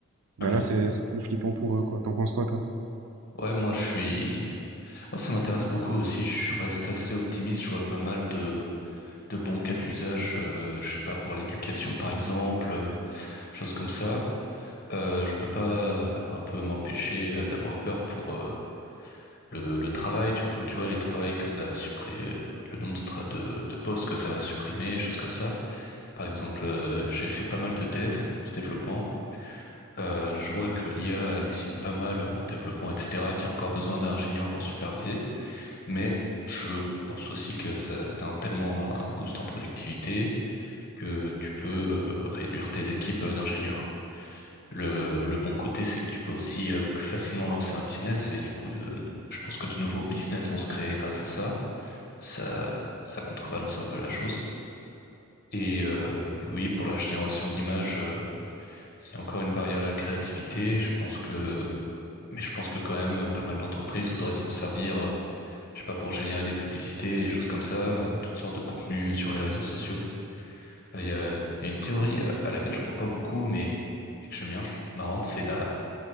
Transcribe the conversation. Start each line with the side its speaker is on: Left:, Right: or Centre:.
Right: Ben
Left: Ouais.
Right: là, c'est c'est plus flippant pour eux, quoi. T'en penses quoi, toi?
Left: Ouais, moi je suis. Moi, ça m'intéresse beaucoup aussi. Je reste assez optimiste. Je vois pas mal de, de bons cas d'usage, euh, je sais pas, pour l'éducation, par exemple, euh, choses comme ça. Euh, je peux pas euh, un peu m'empêcher euh, d'avoir peur pour euh, le, le travail, tu vois, tu vois, les travails que ça a supprimé, le nombre de, tra- de, de postes que ça va supprimer, choses comme ça. Par exemple, euh, j'ai fait pas mal de dev, de développement. Euh, je vois que l'IA hallucine pas mal en développement, etc., qu'il y a encore besoin d'ingénieurs pour superviser. Mais je pense aussi que ça t'as tellement un boost en productivité que tu peux euh, réduire tes équipes euh, d'ingénieurs. Le, le bon côté, c'est que tu peux aussi euh, plus facilement lancer un business et du coup, de- je pense que de nouveaux business vont se créer grâce à ça. Ça, ça contrebalance un peu la chose. Et, euh, et oui, pour la génération d'images, euh, c'est encore une barrière à la créativité. Je pense que, mais je pense que quand même, pas mal d'entreprises voudraient s'en servir euh, je sais pas, pour générer des publicités, des choses comme ça, euh, toutes sortes de contenus euh, sur les réseaux sociaux. Euh, Il y a, il y a une théorie à, à laquelle je crois pas beaucoup, mais, mais que j'aime bien, je trouve marrante, c'est la,